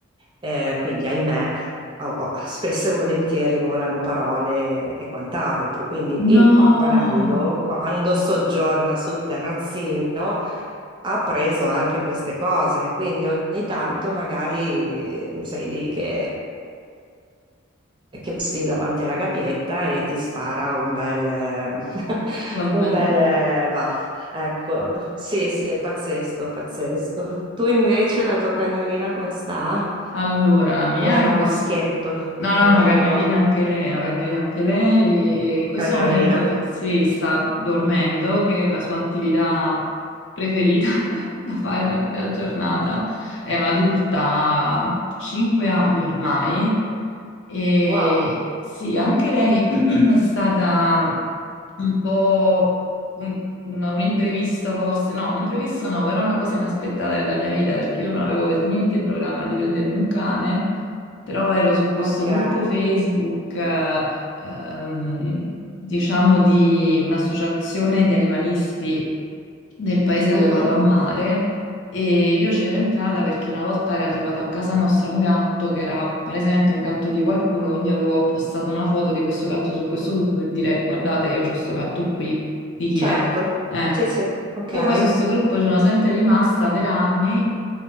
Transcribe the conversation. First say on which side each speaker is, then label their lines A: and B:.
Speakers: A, on the right (about 25°); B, on the left (about 60°).
A: Eh, quindi, ahimè, o- o- <laughs> spesso e volentieri volano parole e quant'altro. Quindi
B: No,
A: il pappagallo, quando soggiorna sul terrazzino, ha preso anche queste cose, quindi ogni tanto magari sei lì che che passi davanti alla gabbietta e ti spara un bel, <laughs>
B: vabbè.
A: un bel baff. Ecco, sì, sì, è pazzesco, pazzesco. Tu invece, la tua cagnolina come sta?
B: Allora, la mia
A: O era
B: in questo...
A: un maschietto?
B: No, no,
A: Non
B: una
A: mi ricordo.
B: cagnolina anche lei, una cagnolina anche lei, e in questo
A: Cagnolina.
B: momento sì, sta dormendo, che è la sua attività preferita <laughs> da fare durante la giornata. È un'adulta, ha 5 anni ormai, e
A: Wow,
B: sì, anche lei <clears throat> è stata un po' un, una- un imprevisto forse, no, un imprevisto no, però una cosa inaspettata della mia vita, perché io non avevo per niente in programma di prendermi un cane, però ero su questo
A: ok.
B: gruppo Facebook, eh, ehm, diciamo di un'associazione di animalisti del paese
A: Mhm.
B: dove vado a mare. E io c'ero entrata perché una volta era arrivato a casa nostra un gatto che era palesemente un gatto di qualcuno, quindi avevo postato una foto di questo gatto su questo gruppo per dire guardate, io ho questo gatto qui, di chi
A: Certo,
B: è? Eh,
A: sì, sì, ok.
B: Io poi su questo gruppo ci sono sempre rimasta per anni,